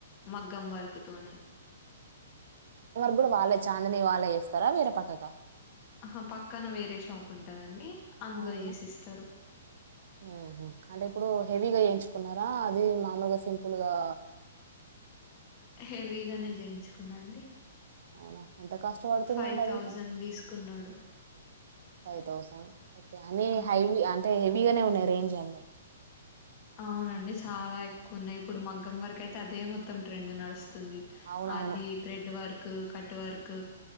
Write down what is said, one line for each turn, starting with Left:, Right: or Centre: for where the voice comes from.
Left: మగ్గం వర్కతోని
Right: అది కూడా వాళ్ళ చాందిని వాళ్లే చెస్తారా వేరే పక్కక
Left: ఆహ పక్కన వేరే షాప్ ఉంటదండి. అందులో
Right: అవునా
Left: చేసిస్తారు
Right: మ్మ్ హు అంటే ఇప్పుడు హెవీగా చేయించు కున్నరా అది మామూలుగా సింపుల్గా
Left: హెవీగానే చేయించుకున్నా అండి.
Right: అవునా ఎంత కాస్ట్ పడుతుందండి
Left: ఫైవ్
Right: హెవీగ
Left: థౌజండ్ తీసుకున్నాడు
Right: ఫైవ్ థౌసండ్ అనీ
Left: అవును
Right: హైవి అంటే హెవ్ వీగనే ఉన్నాయ్ రేంజ్ అన్ని
Left: అవునండి చాలా ఎక్కుఉన్నాయ్ ఇప్పుడు మగ్గం వర్క్ అయితే అదే మొత్తం ట్రెండ్ నడుస్తు తుంది.
Right: అవునవును
Left: అది థ్రెడ్ వర్క్ కట్ వర్క్